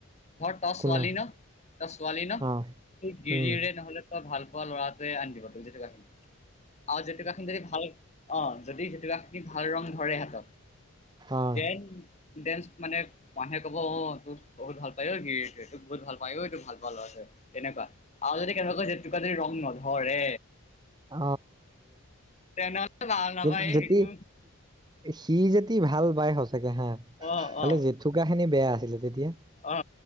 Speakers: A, on the left; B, on the right.
A: ধৰ তই
B: কোনে
A: ছোৱালী ন? তই ছোৱালী ন?
B: অ
A: গিৰিয়েৰে
B: উম
A: নহ'লে তই ভাল পোৱা ল'ৰাটোৱে আনি দিব তোক জেতুকাখিনি আৰু জেতুকা খিনি যদি ভাল, অ। যদি জেতুকা খিনি ভাল ৰং ধৰে হাতত,
B: অ
A: দেন ডেন্স মানে মানুহে কব অ তোক বহুত ভাল পায় গিৰিয়েকে তোক বহুত ভাল পায় অ এই তোক ভাল পাৱা ল'ৰাটোৱে। তেনেকুৱা আৰু যদি কেনেবাক জেতুকা যদি ৰং নধৰে
B: অ
A: তেনেহ'লে ভাল নাপায়
B: এই যদি
A: একো
B: সি যেদি ভাল বায় সচ চাগে হা,
A: অ
B: খালি
A: অ
B: জেতুকা খিনি বেয়া আছিলে তেতিয়া।
A: অ